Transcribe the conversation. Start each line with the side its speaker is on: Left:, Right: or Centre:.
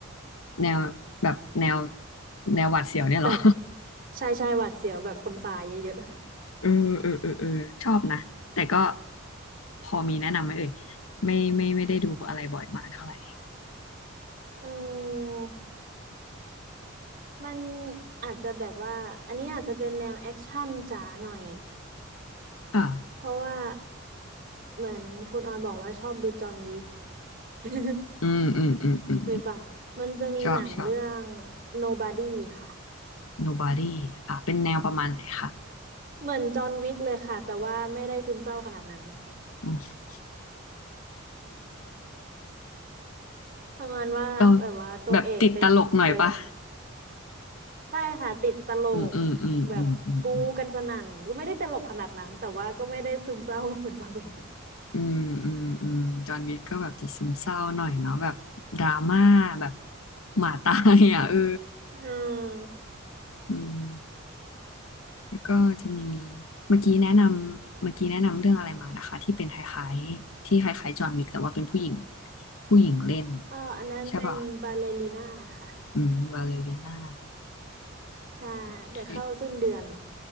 Left: แนวแบบแนวแนวหวาดเสียวเนี่ยเหรอ
Right: แบบชายชายหวาดเสียวแบบคนตายเยอะ
Left: <laughs> เออเออเออเออชอบนะแต่ก็พอมีแนะนำไหมเอ่ยไม่ไม่ไม่ได้ดูอะไรบ่อยมากเท่าไหร่
Right: ๆ <laughs> อืม มันอาจจะแบบว่าอันนี้อาจจะเป็นแนวแอคชั่นจ๋าหน่อย
Left: ค่ะ
Right: เพราะว่าเหมือนคุณออยบอกว่าชอบดูจอห์นวิก <laughs>
Left: อืมอืมอืมอืม
Right: หรือเปล่ามันจะมีหนังเรื่อง
Left: ชอบชอบ
Right: Nobody ค่ะ
Left: Nobody ค่ะเป็นแนวประมาณไหนคะ
Right: เหมือนจอห์นวิกเลยค่ะแต่ว่าไม่ได้ซึมเศร้าขนาดนั้น
Left: อืม
Right: ประมาณว่าแบบว่าตัวเอกเป็นเคย
Left: ก็แบบติดตลกหน่อยปะ
Right: ใช่ค่ะติดตลก
Left: อืมอืมอืมอืมอืม
Right: แบบปูกันสนั่นก็ไม่ได้ตลกขนาดนั้นแต่ว่าก็ไม่ได้ซึมเศร้าเหมือนจอห์นวิก
Left: อืมอืมอืมอืมจอห์นวิกก็แบบจะซึมเศร้าหน่อยเนาะแบบดราม่าแบบหมาตายอ่ะ <laughs> เออ
Right: อืม
Left: อืมแล้วก็จะมีเมื่อกี้แนะนำเมื่อกี้แนะนำเรื่องอะไรมานะคะที่เป็นคล้ายๆที่คล้ายๆจอห์นวิกแต่ว่าเป็นผู้หญิงผู้หญิงเล่น
Right: เอออันนั้นเป็นบาเลริน่าค่ะ
Left: ใช่ป่ะอืมบาเลริน่า
Right: ใช่เดี๋ยวเข้าสิ้นเดือน
Left: โอเค